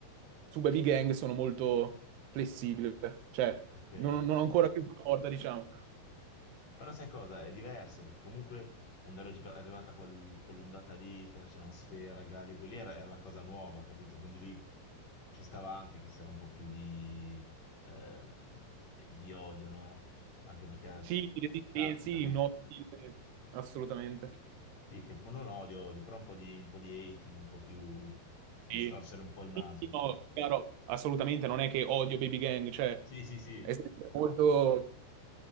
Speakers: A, on the right; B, on the left.
A: su Baby Gang sono molto flessibile, cioè
B: ok.
A: non, non ho ancora più la porta, diciamo.
B: Però sai cosa? È diverso perché comunque quando ero gi- arrivata quel- quell'ondata lì, che c'erano Sfera, Galli, quelli era, era la cosa nuova, capito? Quindi lì ci stava anche che c'era un po' più di, eh, di di odio, no? Anche perché
A: Sì,
B: co-
A: i resistenzi,
B: capitano.
A: il no, stile, assolutamente.
B: Sì, che non odio, odio, però un po' di, un po' di hating, un po' più di
A: Sì.
B: storcere un po' il naso.
A: Sì, sì, no, chiaro, assolutamente, non è che odio Baby Gang, cioè
B: Sì, sì, sì.
A: è sempre molto